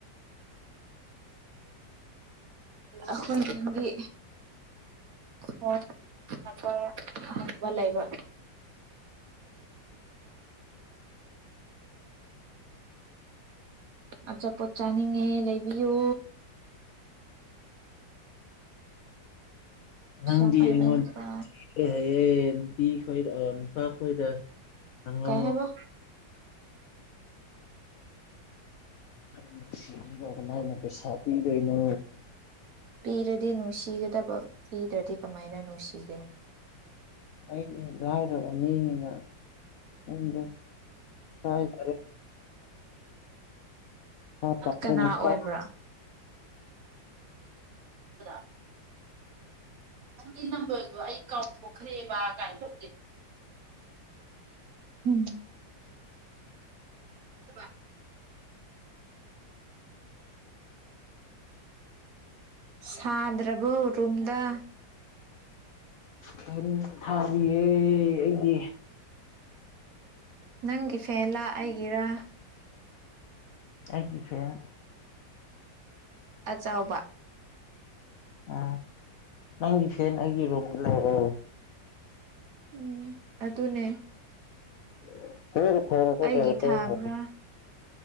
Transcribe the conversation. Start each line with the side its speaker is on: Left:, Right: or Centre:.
Left: <inaudible>
Right: ꯑꯈꯣꯏ ꯌꯨꯝꯒꯤ ꯐꯣꯟ ꯅꯝꯕꯔ ꯍꯪꯕ ꯂꯩꯕ <inaudible> ꯑꯆꯥꯄꯣꯠ ꯆꯥꯅꯤꯡꯉꯦ ꯂꯩꯕꯤꯌꯨ ꯄꯩꯁꯥ
Left: ꯅꯪꯗꯤ
Right: ꯄꯥꯏꯕ
Left: ꯑꯩꯉꯣꯟꯗꯌꯦ
Right: ꯅꯨꯄꯥ
Left: ꯅꯨꯄꯤ ꯈꯣꯏ ꯅꯨꯄꯥ ꯍꯣꯏꯗ ꯍꯪꯉꯣ
Right: ꯀꯩ ꯍꯥꯏꯕ
Left: ꯅꯨꯡꯁꯤꯅ ꯀꯃꯥꯏꯅ ꯄꯩꯁꯥ ꯄꯤꯗꯣꯏꯅꯣ
Right: ꯄꯤꯔꯗꯤ ꯅꯨꯡꯁꯤꯒꯗꯕ ꯄꯤꯗ꯭ꯔꯗꯤ ꯀꯃꯥꯏꯅ ꯅꯨꯡꯁꯤꯒꯅꯤ
Left: ꯑꯩꯅꯤ ꯂꯥꯏꯔꯕ ꯃꯤꯅꯤꯅ ꯈꯪꯗꯦꯏꯀꯥꯏꯖꯔꯦ ꯄꯥꯏꯕ
Right: ꯀꯅꯥ
Left: ꯅꯨꯄꯥ
Right: ꯑꯣꯏꯕ꯭ꯔꯥ <unintelligible> ꯅꯪꯒꯤ ꯅꯝꯕꯔꯗꯣ ꯑꯩ ꯀꯥꯎꯊꯣꯛꯈ꯭ꯔꯦꯕ ꯀꯃꯥꯏꯅ ꯇꯧꯒꯦ ꯎꯝ <unintelligible> ꯁꯥꯗ꯭ꯔ ꯕꯣ ꯔꯨꯝꯗ
Left: ꯐꯦꯟ ꯊꯥꯔꯤꯌꯦ ꯑꯩꯗꯤ
Right: ꯅꯪꯒꯤ ꯐꯦꯜꯂ ꯑꯩꯒꯤꯔ
Left: ꯑꯩꯒꯤ ꯐꯦꯟ
Right: ꯑꯆꯥꯎꯕ
Left: ꯎ ꯅꯪꯒꯤ ꯐꯦꯟ ꯑꯩꯒꯤ ꯔꯨꯝ ꯂꯩꯔꯦ
Right: ꯎꯝ ꯑꯗꯨꯅꯦ
Left: <unintelligible>
Right: ꯑꯩꯒꯤ ꯊꯥꯕ꯭ꯔꯥ